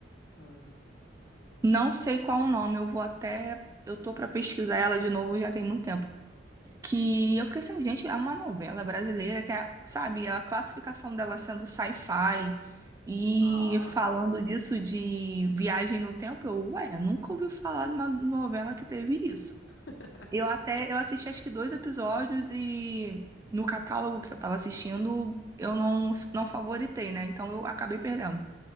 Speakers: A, on the left (about 80°); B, on the right (about 15°).
A: Ah,
B: Não sei qual o nome, eu vou até. Eu tô pra pesquisar ela de novo, já tem muito tempo. Que eu fiquei assim, gente, é uma novela brasileira que é, sabe, a classificação dela sendo sci-fi e
A: ah,
B: falando disso de viagem no tempo, eu, ué, nunca ouvi falar de uma novela que teve isso.
A: <laughs>
B: Eu até eu assisti acho que dois episódios e no catálogo que eu tava assistindo, eu não, não favoritei, né? Então eu acabei perdendo.